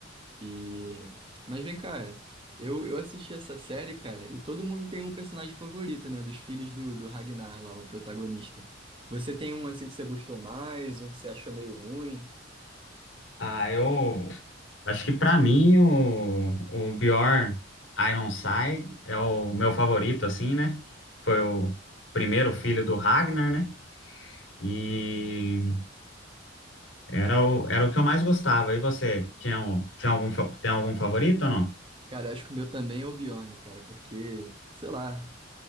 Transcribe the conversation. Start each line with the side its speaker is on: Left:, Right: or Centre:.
Right: E... Mas vem cá, é. eu, eu assisti essa série, cara, e todo mundo tem um personagem favorito, né? Dos filhos do, do Ragnar lá, o protagonista. Você tem um assim que você gostou mais, um que você achou meio ruim?
Left: Ah, eu acho que pra mim o, o Bjorn Ironside é o meu favorito, assim, né? Foi o primeiro filho do Ragnar, né? E era o, era o que eu mais gostava. E você, tinha, um- tinha algum, fa- tem algum favorito ou não?
Right: Cara, acho que o meu também é o Bjorn, cara, porque, sei lá.